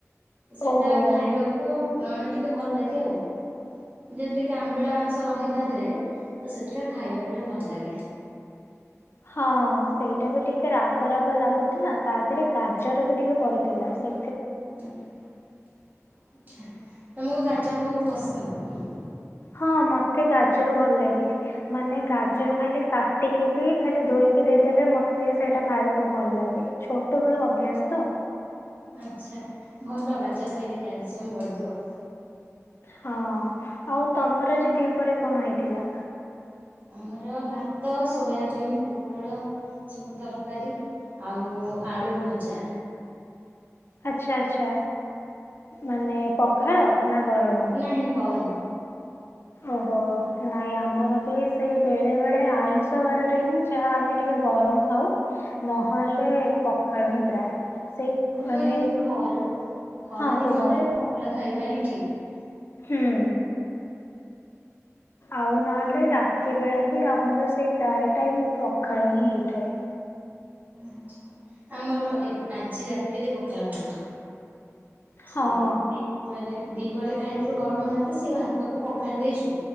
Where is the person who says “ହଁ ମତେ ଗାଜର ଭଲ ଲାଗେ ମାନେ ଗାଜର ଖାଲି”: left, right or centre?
Left